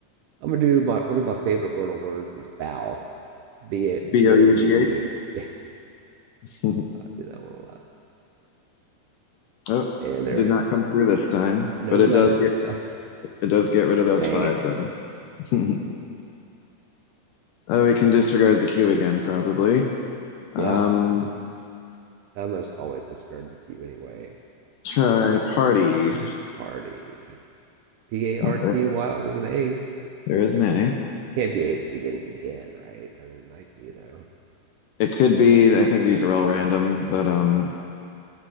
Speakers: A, on the right; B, on the left.
A: I'm gonna do my one of my favorite wordle words is bow. B A-
B: B
A: B
B: O
A: O
B: U
A: U
B: G
A: G H. Yeah,
B: H. <laughs>
A: I do that one a lot.
B: Oh,
A: And there
B: did
A: it
B: not
A: is.
B: come through this time,
A: No
B: but it
A: letters.
B: does get
A: <laughs> No.
B: it does get rid of those
A: Dang
B: five
A: it.
B: though. <laughs> oh, we can disregard the queue again probably. Um,
A: Yep. I must always discard the Q anyway.
B: try party.
A: Party. P A R
B: Uh,
A: T Y. Oh, there's an A.
B: There is an A.
A: Can't be A at the beginning again, right? I mean, it might be though.
B: It could be. I think these are all random,
A: Mm,
B: but um,